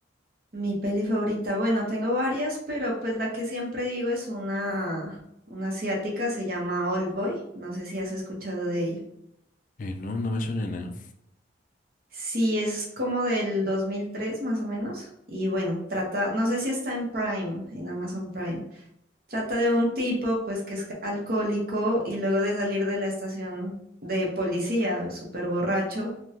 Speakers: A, on the right; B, on the left.
A: Mi peli favorita, bueno, tengo varias, pero pues la que siempre digo es una, una asiática, se llama Oldboy, no sé si has escuchado de ella.
B: Eh, no, no me suena nada.
A: Sí, es como del 2003 más o menos, y bueno, trata, no sé si está en Prime, en Amazon Prime, trata de un tipo pues que es alcohólico y luego de salir de la estación de policía, súper borracho,